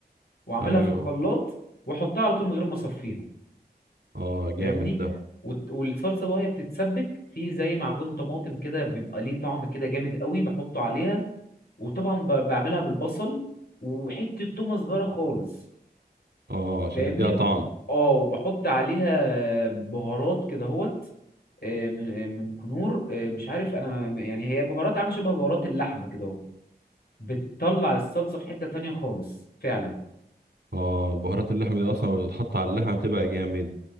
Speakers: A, on the left (about 70°); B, on the right (about 80°).
A: واعملها
B: أيوه
A: في الخلاط واحطها على طول من غير ما اصفيها
B: اه جامد
A: فاهمني
B: ده
A: وت- والصلصه بقى هي بتتسبك في زي معجون طماطم كده بيبقى ليه طعم كده جامد قوي بحطه عليها وطبعا ب- بعملها بالبصل وحته تومه صغيره خالص
B: اه عشان
A: فاهمني
B: تديها طعم
A: اه وبحط عليها بهارات كده هوت آه، من آه، من كنور آه، مش عارف انا يعني هي بهارات عامله شبه بهارات اللحمه كده اهو بتطلع الصلصه في حته تانية خالص فعلا
B: اه البهارات اللحمة دي أصلا لما بتتحط على اللحمة بتبقى جامد